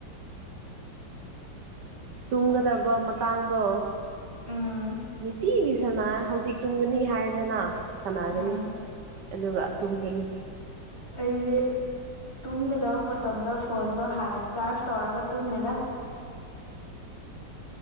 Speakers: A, on the right; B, on the left.
A: ꯇꯨꯝꯒꯗꯕ ꯃꯇꯥꯡꯗꯣ
B: ꯎꯝ
A: ꯅꯨꯡꯇꯤꯒꯤ ꯁꯥꯟꯅꯩ ꯍꯧꯖꯤꯛ ꯇꯨꯝꯒꯅꯤ ꯍꯥꯏꯔꯦꯗꯅ ꯁꯥꯟꯅꯒꯅꯤ
B: ꯎꯝ
A: ꯑꯗꯨꯒ ꯇꯨꯝꯒꯅꯤ
B: ꯑꯩꯗꯤ ꯇꯨꯝꯒꯗꯕ ꯃꯇꯝꯗ ꯐꯣꯟꯗꯣ ꯍꯥꯟꯅ ꯆꯥꯔꯖ ꯇꯧꯔꯒ ꯇꯨꯝꯃꯤꯅ